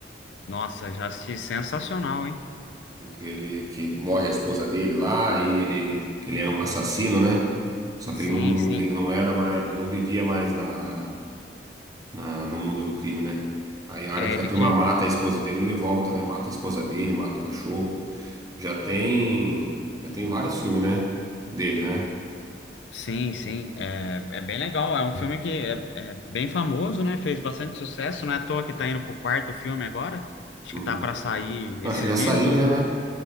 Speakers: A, on the left; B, on the right.
A: Nossa, já assisti sensacional, hein?
B: Que Ele, que ele- morre a esposa dele lá e ele, que ele era um assassino, né? Só que
A: Sim,
B: ele não,
A: sim.
B: ele não era mais, ele não vivia mais na, na- no mundo do crime, né? Aí a hora
A: É,
B: que
A: ele
B: a turma
A: tinha.
B: mata a esposa dele, ele volta, né? Mata a esposa dele, mata o cachorro. Já tem, já tem vários filmes, né? Dele, né?
A: Sim, sim. É, é bem legal. É um filme que é, é bem famoso, né? Fez bastante sucesso. Não é à toa que tá indo pro quarto filme agora. Acho
B: Uhum.
A: que tá para sair
B: Então,
A: esses
B: Acho que já
A: dias.
B: saiu já, né?